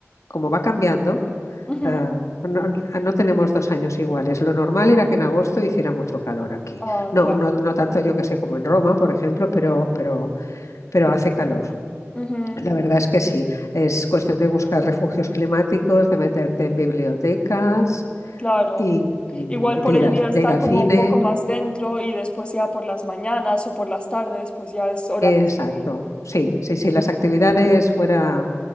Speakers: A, on the left (about 85°); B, on the left (about 20°).
A: como va cambiando,
B: Ujú.
A: ah, no, ah, no tenemos dos años iguales. Lo normal era que en agosto hiciera mucho calor aquí.
B: Ah,
A: No,
B: claro.
A: no, no tanto yo que sé como en Roma, por ejemplo, pero, pero, pero hace calor.
B: Ujú,
A: La verdad es que sí. Es cuestión de buscar refugios climáticos, de meterte en bibliotecas
B: Claro.
A: y, y
B: Igual por
A: de ir
B: el
A: al,
B: día estar
A: de ir al
B: como
A: cine.
B: un poco más dentro y después ya por las mañanas o por las tardes, pues ya es hora de
A: Exacto,
B: salir.
A: sí, sí,
B: Sí,
A: sí,
B: sí,
A: las
B: sí.
A: actividades fuera